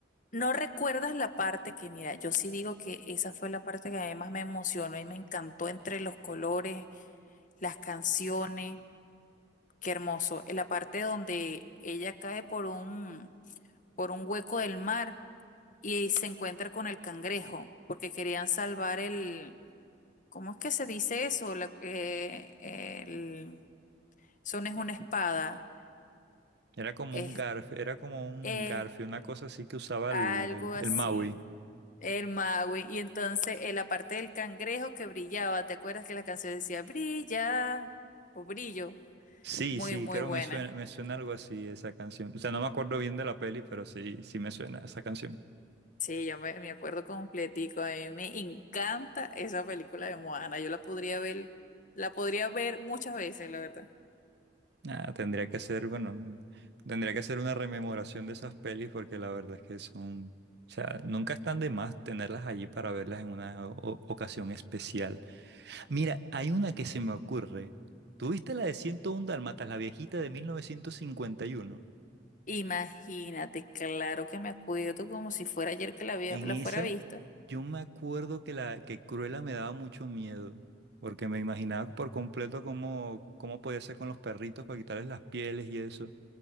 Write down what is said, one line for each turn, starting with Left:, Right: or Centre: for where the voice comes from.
Left: no recuerdas la parte que, mira, yo sí digo que esa fue la parte que además me emocionó y me encantó entre los colores, las canciones. Qué hermoso. En la parte donde ella cae por un, por un hueco del mar y se encuentra con el cangrejo, porque querían salvar el, ¿cómo es que se dice eso? La- eh, el, son es una espada,
Right: Era como
Left: es,
Right: un garf, era como un
Left: es
Right: garfio, una cosa así que usaba
Left: algo
Right: el, el,
Left: así.
Right: el Maui.
Left: El mago. Y entonces en la parte del cangrejo que brillaba, ¿te acuerdas que la canción decía brilla o brillo?
Right: Sí,
Left: Muy,
Right: sí,
Left: muy
Right: creo
Left: buena.
Right: me suena, me suena algo así esa canción. O sea, no me acuerdo bien de la peli, pero sí, sí me suena esa canción.
Left: Sí, yo me, me acuerdo completico. A mí me encanta esa película de Moana. Yo la podría ver, la podría ver muchas veces, la verdad.
Right: Ah, tendría que ser, bueno, tendría que ser una rememoración de esas pelis porque la verdad es que son, o sea, nunca están de más tenerlas allí para verlas en una o- o- ocasión especial. Mira, hay una que se me ocurre. ¿Tuviste la de 101 Dálmatas, la viejita de 1951?
Left: Imagínate, claro que me acuerdo como si fuera ayer que la había,
Right: En
Left: la
Right: esa,
Left: fuera visto.
Right: yo me acuerdo que la que Cruella me daba mucho miedo, porque me imaginaba por completo cómo, cómo podía ser con los perritos para quitarles las pieles y eso.